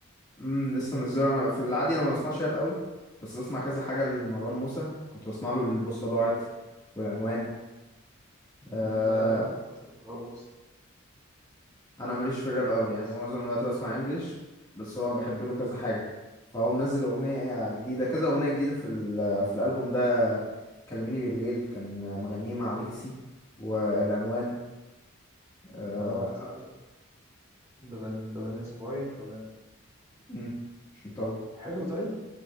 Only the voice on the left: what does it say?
امم لسه منزله
انا في العادي انا ما بسمعش راب قوي بس بسمع كذا حاجه لمروان موسى كنت بسمع له البوصله ضاعت والعنوان
آه
انا ماليش في الراب
قوي
يعني معظم الوقت بسمع انجليش بس هو بحب له كذا حاجه فهو منزل اغنيه جديده كذا اغنيه جديده في ال- في الالبوم ده كلميني بالليل كان مغنيه مع ليجاسي والعنوان آه
<clears throat> مش مطول